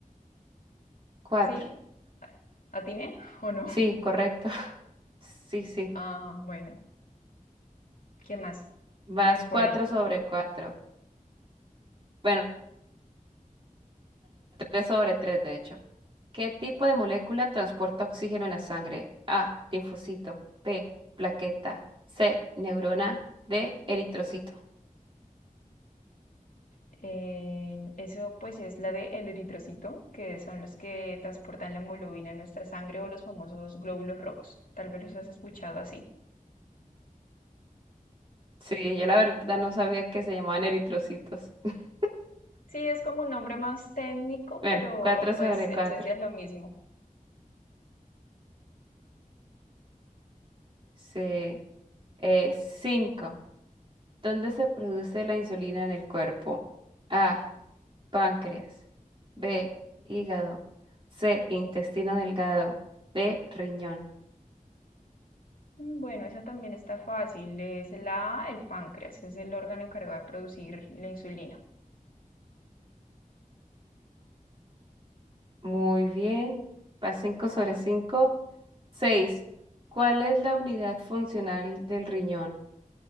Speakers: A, on the right (about 40°); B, on the left (about 80°).
A: cuatro.
B: ¿Sí? ¿Atiné <laughs> o no?
A: Sí, correcto. <laughs> Sí, sí.
B: Ah, bueno. ¿Qué más
A: Vas
B: tienes por
A: cuatro
B: ahí?
A: sobre cuatro. Bueno, tres sobre tres, de hecho. ¿Qué tipo de molécula transporta oxígeno en la sangre? A. Linfocito. B. Plaqueta. C. Neurona. D. Eritrocito.
B: Eh, eso pues es la de el eritrocito, que son los que transportan la hemoglobina en nuestra sangre o los famosos glóbulos rojos. Tal vez los has escuchado así.
A: Sí, yo la verdad no sabía que se llamaban eritrocitos. <laughs>
B: Sí, es como un nombre más técnico,
A: Bueno,
B: pero
A: cuatro sobre
B: pues en
A: cuatro.
B: esencia es lo mismo.
A: Sí. Eh, cinco. ¿Dónde se produce la insulina en el cuerpo? A. Páncreas. B. Hígado. C. Intestino delgado. D. Riñón.
B: Mm, Bueno, esa también está fácil. Es la A, el páncreas, es el órgano encargado de producir la insulina.
A: Muy bien. Va 5 sobre 5. 6. ¿Cuál es la unidad funcional del riñón?